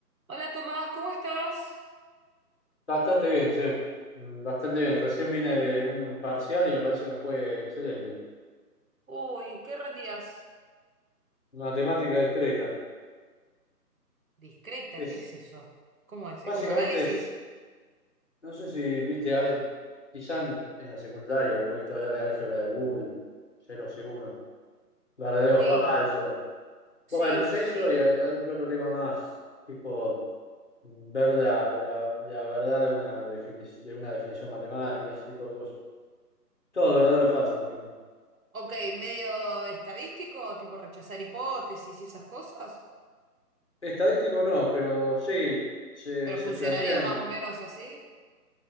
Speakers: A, on the right (about 55°); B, on the left (about 45°).
A: Hola Tomás, ¿cómo estás?
B: Bastante bien, sí. Mm, Bastante bien. Recién vine de un parcial y me parece que me fue excelente.
A: Uy, ¿qué rendías?
B: Matemática discreta.
A: Discreta,
B: Es,
A: ¿qué es eso? ¿Cómo es? ¿Es
B: básicamente
A: como análisis?
B: es, no sé si viste, al- quizá en, en la secundaria o viste hablar de álgebra de Boole, ceros y unos, verdadero
A: Sí,
B: o falso.
A: sí,
B: Bueno, es eso
A: sí.
B: y a- algún que otro tema más, tipo ver la, la- la verdad de una, defini- de una definición matemática, ese tipo de cosas. Todo verdadero o falso, básicamente.
A: Ok, medio estadístico, tipo rechazar hipótesis y esas cosas.
B: Estadístico no, pero sí, se,
A: Pero
B: se
A: funcionaría
B: plantean
A: más o menos así.